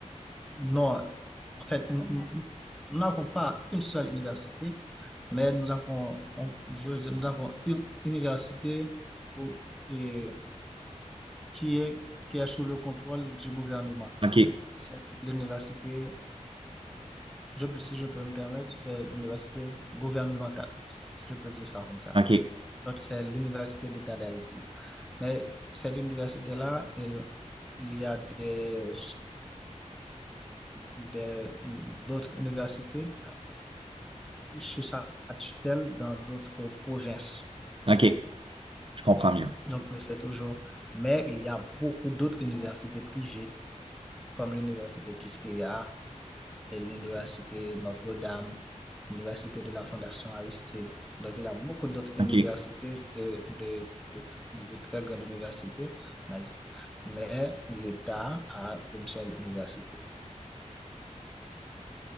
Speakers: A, in the centre; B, on the right (about 45°).
A: non, en fait, nous nous- nous n'avons pas une seule université, mais nous avons, on- je veux dire, nous avons une université pour- et, qui est, qui est sous le contrôle du gouvernement.
B: Ok,
A: C'est l'université, je, peux- si je peux me permettre, c'est l'université gouvernementale. Je peux dire ça comme ça.
B: ok,
A: Donc, c'est l'Université d'État d'Haïti. Mais cette université-là, elle, il y a des, des, d'autres universités sous sa tutelle dans d'autres provinces.
B: ok, je comprends mieux.
A: Donc, mais c'est toujours. Mais il y a beaucoup d'autres universités privées, comme l'université Quisqueya et l'université Notre-Dame, l'université de la Fondation Aristide. Donc, il y a beaucoup d'autres universités
B: OK. C'est
A: de, de, de, de très grandes universités, en Haïti. mais l'État a une seule université.